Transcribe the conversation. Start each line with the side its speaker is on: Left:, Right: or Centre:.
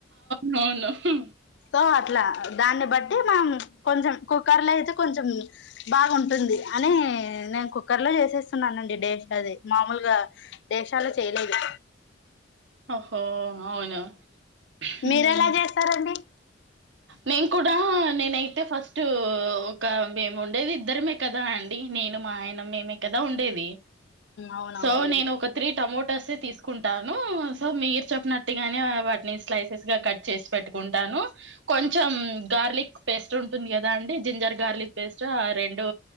Right: నో నో ఉహు
Left: సో అట్లా దాన్ని బట్టి మనం కొంచెం కుక్కర్ లో అయితే కొంచెం బాగుంటుంది అని నేను కుక్కర్ లో ఏసేస్తున్నానండి టెస్ట్ అది మామూలుగా దేశాలు చేయలేదు
Right: ఓహో అవునవును ఉహ్
Left: మీరు ఎలా చేస్తారండి
Right: నేను కూడా నేనైతే ఫస్ట్ ఒక మేము ఉండేది ఇద్దరమే కదా అండి నేను మా ఆయన మేమే కదా ఉండేది
Left: అవునవునులేండి
Right: సో నేను ఒక త్రీ టమోటోస్ తీసుక్ కుంటాను సో మీరు చెప్పినట్టుగానే అవన్నీ స్లైసెస్ గా కట్ చేసి పెట్టుకుంటాను కొంచెం గార్లిక్ పేస్ట్ ఉంటుంది గదా అండి జింజర్ గార్లిక్ పేస్ట్ ఆ రెండు